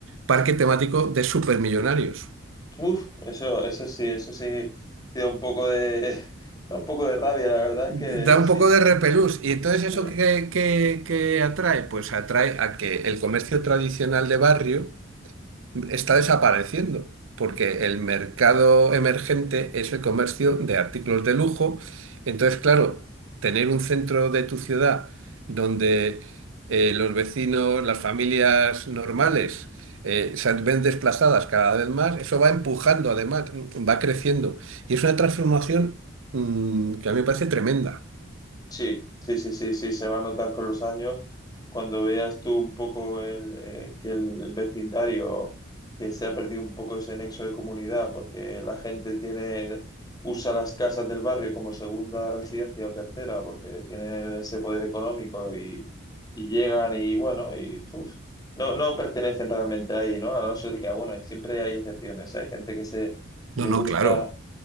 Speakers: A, on the right; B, on the left.
A: parque temático de supermillonarios.
B: Uf, eso, eso sí, eso sí, sí da un poco de, <laughs> da un poco de rabia, la verdad es que
A: Da un
B: sí,
A: poco de repelús. ¿Y entonces
B: sí.
A: eso qué, qué- qué atrae? Pues atrae a que el comercio tradicional de barrio está desapareciendo, porque el mercado emergente es el comercio de artículos de lujo. Entonces, claro, tener un centro de tu ciudad donde eh, los vecinos, las familias normales, eh, se ven desplazadas cada vez más, eso va empujando, además, va creciendo. Y es una transformación mm, que a mí me parece tremenda.
B: Sí, sí, sí, sí, sí, se va a notar con los años. Cuando veas tú un poco el, eh, que el vecindario, que se ha perdido un poco ese nexo de comunidad, porque la gente tiene, usa las casas del barrio como segunda residencia o tercera, porque tienen ese poder económico y, y llegan y bueno, y uf, no, no pertenecen realmente ahí, ¿no? A no ser que, ah, bueno, siempre hay excepciones. Hay gente que se le
A: No, no,
B: gusta
A: claro.